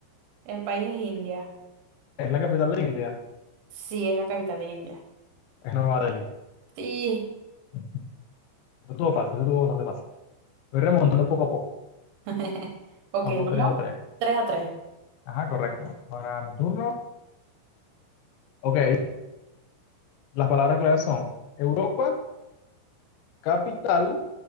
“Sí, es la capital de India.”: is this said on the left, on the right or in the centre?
Right